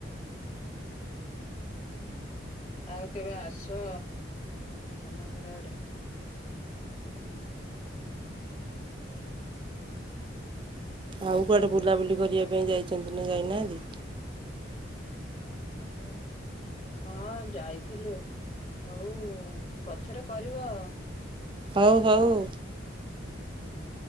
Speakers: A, on the left; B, on the right.
A: ଆଉ କେବେ ଆସ। ଆମ ଘର ଆଡେ।
B: ଆଉ କୁଆଡେ ବୁଲାବୁଲି କରିବା ପାଇଁ ଯାଇନ୍ତି ନା ଯାଇନାହାନ୍ତି?
A: ହଁ ହଁ ଯାଇଥିଲୁ ହୋଉ ପଛରେ କରିବ।
B: ହୋଉ ହୋଉ।
A: ହଁ।